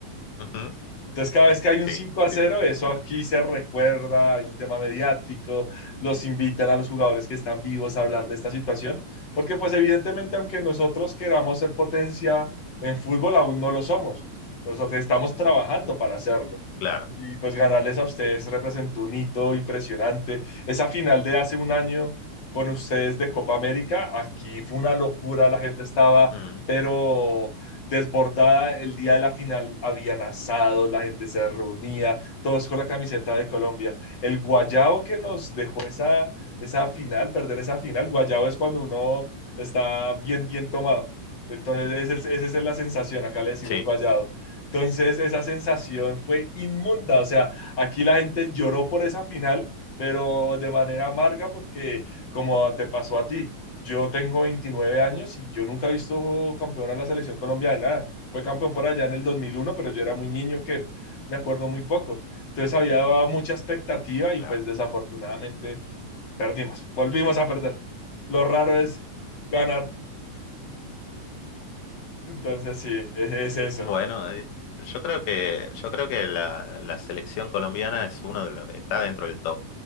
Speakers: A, on the left; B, on the left.
A: ujú,
B: Entonces, cada vez que hay un
A: Sí,
B: 5 a cero
A: sí, sí,
B: eso
A: sí, sí,
B: aquí
A: sí.
B: se recuerda, hay un tema mediático, los invitan a los jugadores que están vivos a hablar de esta situación, porque pues evidentemente, aunque nosotros queramos ser potencia en fútbol, aún no lo somos. Nosotros estamos trabajando para hacerlo.
A: Claro.
B: Y pues ganarles a ustedes representó un hito impresionante. Esa final de hace un año con ustedes de Copa América, aquí fue una locura, la gente estaba,
A: Ujú,
B: pero desbordada el día de la final, habían asados, la gente se reunía, todos con la camiseta de Colombia. El guayabo que nos dejó esa, esa final, perder esa final, guayabo es cuando uno está bien, bien tomado. Entonces, esa, es, esa es la sensación, acá le decimos
A: Sí,
B: guayado. Entonces, esa sensación fue inmunda, o sea, aquí la gente lloró por esa final, pero de manera amarga porque como te pasó a ti, yo tengo 29 años y yo nunca he visto campeón a la selección Colombia de nada. Fue campeón por allá en el 2001, pero yo era muy niño que me acuerdo muy poco. Entonces había mucha expectativa
A: claro.
B: y pues desafortunadamente perdimos, volvimos a perder. Lo raro es ganar. Entonces sí, es, es eso.
A: Bueno, eh, yo creo que, yo creo que la, la selección colombiana es uno de los, está dentro del top,